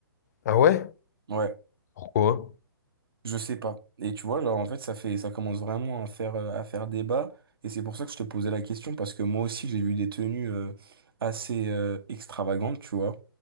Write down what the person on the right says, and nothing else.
Ouais,
je sais pas. Et tu vois, genre en fait, ça fait, ça commence vraiment à faire, euh, à faire débat. Et c'est pour ça que je te posais la question, parce que moi aussi, j'ai vu des tenues euh, assez euh, extravagantes, tu vois.